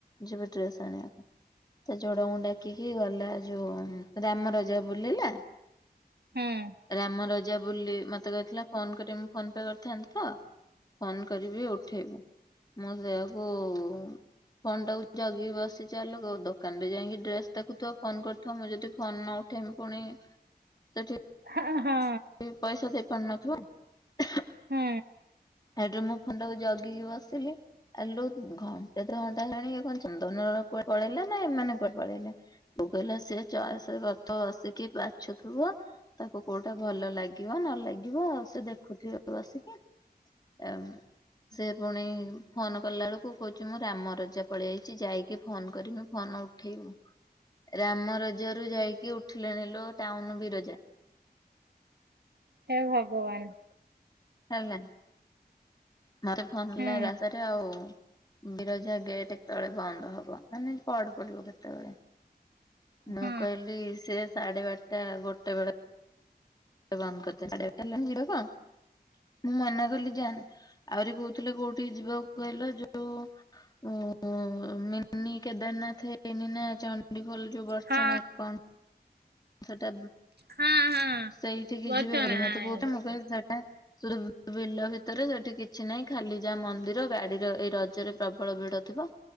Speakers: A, on the left (about 25°); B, on the right (about 80°).
A: ଯିବି ଟ୍ରେସ୍ ଆଣିବାକୁ। ତା ଜଡଙ୍କୁ ଡାକିକି ଗଲା ଯୋଉ ରାମ ରଜା ବୁଲିଲା
B: ହଁ
A: ରାମ ରଜା ବୋଲି ମତେ କହିଥିଲା ଫୋନ କରିବ ମୁଁ ଫୋନ ପେ କରିଥାନ୍ତି ତ ଫୋନ କରିବି ଉଠେଇବୁ ମୁଁ ସେଇଆ କୁ-ଉ-ଉ ଫୋନ୍ ଟାକୁ ଜଗି ବସିଚି ଆଲୋ ଅ-ଅ ଦୋକାନବି ଯାଇକି ଡ୍ରେସ ଦେଖୁଥିବ ଫୋନ କରୁଥିବ ମୁଁ ଯଦି ଫୋନ ନ ଉ ଠେଇବମି ପୁଣି ସେଠି
B: ଆ-ଆ ହା।
A: କି ପଇସା ଦେଇ ପାରୁ ନ ଥିବ।
B: ହୁଁ
A: ସେଇଠୁ ମୁଁ ଫୋନ୍ ଟାକୁ ଜଗିକି ବସିଲି। ଆ ଲୋ ଘଣ୍ଟେ ଦୁ ଘଣ୍ଟା ହେଲାଣି ଏ କଣ ଚନ୍ଦନର କୁଆଡ଼େ ପଳେଇଲା ନା ଏମାନେ କୁଆଡ଼େ ପଳେଇଲା। ବୋଉ କହିଲା ସେ ଚଏସ ରଥ ଆସିକି ବାଛୁଥିବ ତାକୁ କୋଉଟା ଭଲ ଲାଗିବ ନ ଲାଗିବ ସେ ଦେଖୁଥିବ ବସିକି ଏମ୍ ସେ ପୁଣି ଫୋନ କଲା ବେଳକୁ କହୁଛି ମୁଁ ରାମ ରଜା ପଳେଇ ଆଇଛି ଯାଇକି ଫୋନ କରିମି ଫୋନ ଉ ଉଠେଇବୁ ରାମ ରଜା ରୁ ଯାଇକି ଉଠିଲେଣି ଲୋ ଟାଉନ ବିରଜା।
B: ହେ ଭଗବାନ।
A: ହେଲା ମତେ ଫୋନ କଲା
B: ହୁଁ
A: ରସ୍ତାରେ ଆଉ-ଉ ବିରଜା ଗେଟ୍ କେତେବେଳେ ବନ୍ଦ ହବ, ମାନେ ପହଡ଼ ପଡିବ କେତେବେଳେ। ମୁଁ
B: ହୁଁ ହଁ
A: କହିଲି ସେ ସାଢ଼େ ବାରଟା ଗୋଟେ ବେଳେ। ବନ୍ଦ କରିଦେ <unintelligible> ଭିଡ଼ ତ। ମୁଁ ମନା କଲି ଯା ନା ଆହୁରି କହୁଥିଲେ କୋଉଠି ଯିବାକୁ କହିଲ ଯୋଉ-ଉ-ଉ ଓ ହୋ ମିିନି କେଦାରନାଥ ହେଇନି ନା ଚଣ୍ଡିଖୋଲ ଯୋଉ ବଡ଼ଚଣା
B: ହଁ
A: କ-କ ସେଟା
B: ହଁ ହଁ
A: ସେଇଠିକି
B: ବର୍ଚଣା
A: ଯିବେ ବୋଲି ମତେ କହୁଛି ମୁଁ କହିଲି ସେଟା ରୁ ବିଲ ଭିତରେ ସେଠି କିଛି ନାହିଁ ଖାଲି ଯାହା ମନ୍ଦିର ଗାଡି଼ର ଏଇ ରଜରେ ପ୍ରବଳ ଭିଡ଼ ଥିବ।